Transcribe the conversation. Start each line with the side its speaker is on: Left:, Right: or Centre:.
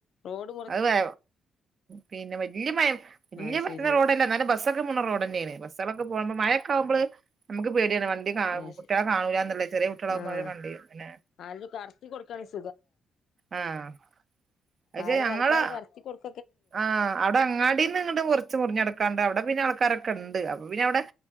Left: റോഡ് മുറി
Right: അത് വേ പിന്നെ വല്യയ മയ വല്യയ
Left: അത് ശരി
Right: വരുന്ന റോഡല്ല എന്നാലും ബസ്സൊക്കെ പോണ റോഡ് തന്നെയാണ് ബസുകളൊക്കെ പോകുമ്പോ മഴ കാവുമ്പള് നമുക്ക് പേടിയാണ് വണ്ടി കാണു
Left: അത്
Right: കുട്ടളെ
Left: ശരി
Right: കാണൂല്ല ചെറിയ കുട്ടള ആകുമ്പോ
Left: ആഹ്
Right: അവര് കണ്ടി പിന്നെ
Left: ആരേലും കടത്തി കൊടുക്കാണെങ്കി
Right: ആഹ് പക്ഷെ
Left: ആരെങ്കിലും
Right: ഞങ്ങള്
Left: ആൾക്കാര് കറക്കി കൊടുക്ക
Right: ആഹ് അടെ അങ്ങാടീന്ന് ഇങ്ങട്ട് കൊറച്ച് മുറിഞ്ഞെടക്കാണ്ട് അവിടെ പിന്നെ ആൾക്കാരൊക്കെ ഉണ്ട് അപ്പൊ പിന്നെ അടെ